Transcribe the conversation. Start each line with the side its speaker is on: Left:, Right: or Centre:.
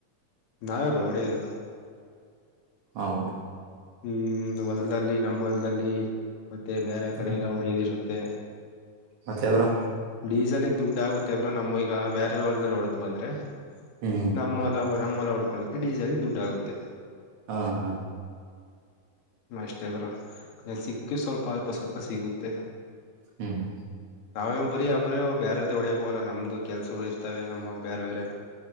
Left: ನಾವ ಬೌಡಿದು
Right: ಹೌದು
Left: ಹ್ಮ್ ಹೊಲ್ದಲ್ಲಿ ನಮ್ಮ ಹೊಲ್ದಲ್ಲಿ ಮತ್ತೆ ಬೇರೆ ಕಡೆ
Right: ಹ್ಮ್
Left: ಎಲ್ಲ ಹೊಡೆಯದಿರುತ್ತೆ
Right: ಮತ್ತೆ ಬ್ರೋ
Left: ಡೀಸೆಲ್ಗ್ ದುಡ್ ಆಗುತ್ತೆ ಬ್ರೋ ನಮ್ಮ ಈಗ ಬೇರೆ ಹೊಲ್ದಲ್ಲಿ ಹೊಡೆ್ದ್ ಬಂದ್ರೆ
Right: ಹ್ಮ್
Left: ನಮೊಲ ನಮ್ಮ ಹೊಲ ಹೊಡ್ಕೊಳ್ಳಕೆ ಡೀಸಲ್ ದುಡ್ಡು ಆಗುತ್ತೆ
Right: ಹಾ ಹಾ
Left: ಅಷ್ಟೇ್ ಬ್ರೋ ಸಿಕ್ಕದ್ರೆ ಸ್ವಲ್ಪ ಅಲ್ಪ ಸ್ವಲ್ಪ ಸಿಗುತ್ತೆ
Right: ಹ್ಮ್ ಹ್ಮ
Left: ನಾವೇ ಬರೀ ಒಬ್ಬ್ರ ಬೇರೆ್ದ ಹೊಡಿಹೋಗಲ್ಲ ನಮ್ದು ಕೆಲ್ಸಗಳು ಇರ್ತವೆ ನಮ್ಮ ಬೇರೆ ಬೇರೆ